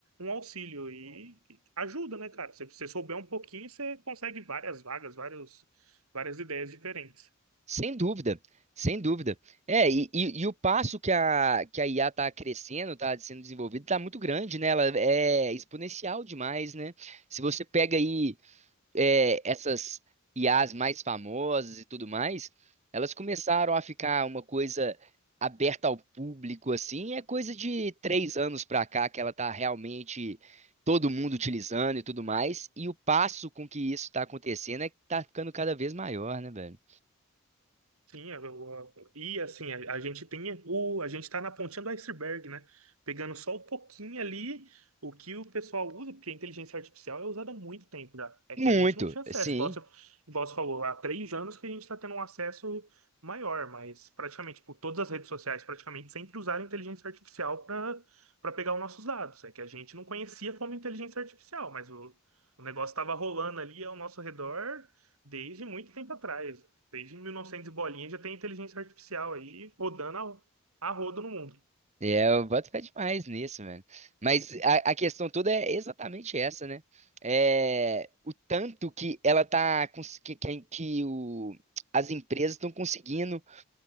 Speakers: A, on the right (about 75°); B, on the right (about 30°).
A: um auxílio e ajuda, né, cara? Se você souber um pouquinho, você consegue várias vagas, vários, várias ideias diferentes.
B: Sem dúvida, sem dúvida. É, e, e- e o passo que a, que a IA está crescendo, está sendo desenvolvida, está muito grande, né? Ela é exponencial demais, né? Se você pega aí é, essas IAs mais famosas e tudo mais, elas começaram a ficar uma coisa aberta ao público, assim, é coisa de três anos pra cá que ela tá realmente todo mundo utilizando e tudo mais, e o passo com que isso tá acontecendo é que tá ficando cada vez maior, né, velho?
A: Sim, eu- eu- eu- e assim, a, a gente tem o, a gente tá na pontinha do iceberg, né? Pegando só um pouquinho ali o que o pessoal usa, porque a inteligência artificial é usada há muito tempo já. É que
B: Muito,
A: a gente não tinha acesso,
B: sim.
A: igual você, igual você falou, há três anos que a gente está tendo um acesso maior, mas praticamente, tipo, todas as redes sociais praticamente sempre usaram inteligência artificial para para pegar os nossos dados. É que a gente não conhecia como inteligência artificial, mas o, o negócio estava rolando ali ao nosso redor desde muito tempo atrás. Desde mil e novecentos e bolinha já tem inteligência artificial aí rodando a, a rodo no mundo.
B: E é, eu boto fé demais nisso, mano. Mas a, a questão toda é exatamente essa, né? É, o tanto que ela tá, cons- que, que, que o, as empresas estão conseguindo